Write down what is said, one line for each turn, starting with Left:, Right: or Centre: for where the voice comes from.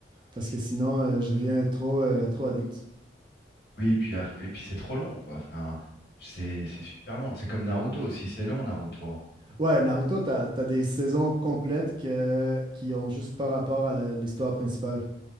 Right: Parce que sinon, euh, je deviens trop, euh, trop addict.
Left: Oui, et puis, après- et puis c'est trop long quoi. Enfin, c'est c'est super long. C'est comme Naruto aussi. C'est long Naruto. hein.
Right: Ouais, Naruto, t'as, t'as des saisons complètes que, qui ont juste pas rapport à la- l'histoire principale.